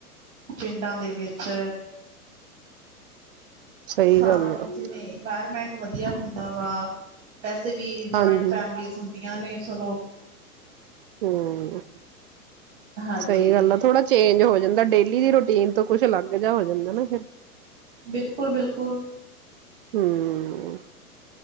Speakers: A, on the right (about 65°); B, on the right (about 40°).
A: ਪਿੰਡਾਂ ਦੇ ਵਿੱਚ।
B: ਸਹੀ
A: ਸਾਰਾ
B: ਗੱਲ ਆ
A: ਜਿਵੇਂ, ਇਨਵਾਇਰਮੈਂਟ ਵਧੀਆ ਹੁੰਦਾ ਵਾ ਵੈਸੇ ਵੀ ਜੁਆਇੰਟ
B: ਹਾਂਜੀ
A: ਫੈਮਿਲੀ ਨੇ ਸੁਣੋ
B: ਹਮ,
A: ਹਾਂਜੀ
B: ਸਹੀ ਗੱਲ ਆ। ਥੋੜਾ ਚੇਂਜ ਹੋ ਜਾਂਦਾ ਡੇਲੀ ਦੀ ਰੂਟੀਨ ਤੋਂ। ਕੁਛ ਅਲੱਗ ਜਾ ਹੋ ਜਾਂਦਾ ਨਾ, ਫਿਰ
A: ਬਿਲਕੁਲ ਬਿਲਕੁਲ
B: ਹਮ